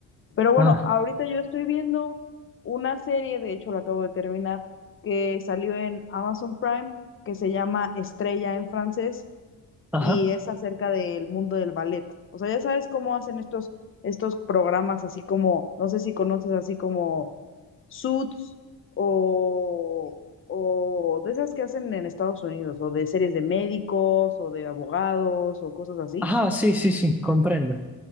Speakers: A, on the left; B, in the centre.
A: Pero bueno,
B: Ah,
A: ahorita yo estoy viendo una serie, de hecho la acabo de terminar, que salió en Amazon Prime, que se llama Estrella en francés
B: ajá.
A: y es acerca del mundo del ballet. O sea, ya sabes cómo hacen estos, estos programas, así como, no sé si conoces así como Suits o, o de esas que hacen en Estados Unidos, o de series de médicos o de abogados o cosas así.
B: Ajá, sí, sí, sí, comprendo.